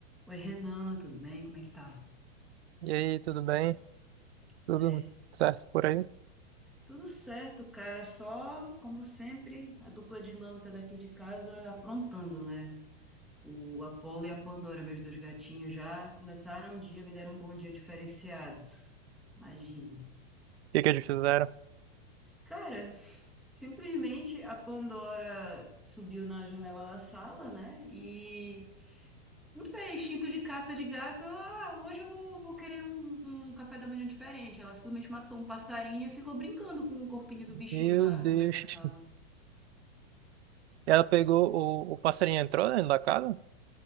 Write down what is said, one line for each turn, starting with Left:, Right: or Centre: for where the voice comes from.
Centre: Oi, Renan, tudo bem? Como é que tá?
Right: E aí, tudo bem?
Centre: Certo.
Right: Tudo certo por aí? O
Centre: Tudo certo, cara. Só, como sempre, a dupla dinâmica daqui de casa aprontando, né? O Apolo e a Pandora, meus dois gatinhos, já começaram o dia, me deram um bom dia diferenciado. Imagine.
Right: que que eles fizeram?
Centre: Cara, simplesmente a Pandora subiu na janela da sala, né? E Não sei, instinto de caça de gato. Ela, ah, hoje eu vou, vou querer um, um café da manhã diferente. Ela simplesmente matou um passarinho e ficou brincando com o corpinho do bichinho
Right: Meu
Centre: na-
Right: Deus.
Centre: no meio da sala.
Right: <laughs> Ela pegou o, o passarinho entrou dentro da casa?